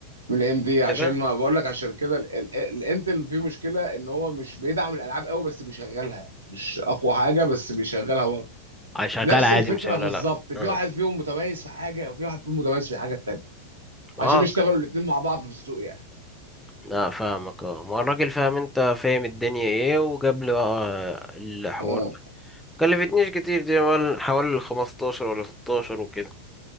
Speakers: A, on the right; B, in the centre.
A: من الام دي عشان
B: كده
A: ما بقول لك عشان كده ال- ال- الانتل فيه مشكله ان هو مش بيدعم الالعاب قوي بس بيشغلها يعني مش اقوى حاجه بس بيشغلها
B: اه شغال
A: نفس
B: عادي
A: الفكره
B: مش ولا
A: بالظبط
B: لا
A: في
B: اه
A: واحد فيهم متميز في حاجه وفي واحد فيهم متميز في الحاجه التانيه عشان
B: اه اوكي
A: يشتغلوا الاثنين مع بعض في السوق يعني
B: لا فاهمك اه ما هو الراجل فاهم انت فاهم الدنيا ايه وجاب لي بقى آه، الحوار
A: مم.
B: ده كلفتنيش كتير دي مال- حوالي 15 ولا 16 وكده